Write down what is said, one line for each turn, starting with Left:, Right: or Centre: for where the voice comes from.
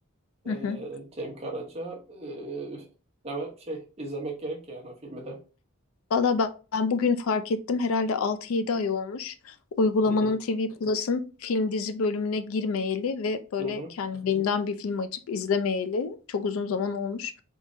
Right: Ee,
Left: Hı hı.
Right: Cem Karaca. Ee, ama şey izlemek gerek yani o filmi de.
Left: Valla ben, ben bugün fark ettim. Herhalde altı yedi ay olmuş. Uygulamanın
Right: Hı hı,
Left: TV Plus'ın film dizi bölümüne girmeyeli ve böyle
Right: hı hı.
Left: kendiliğimden bir film açıp izlemeyeli çok uzun zaman olmuş.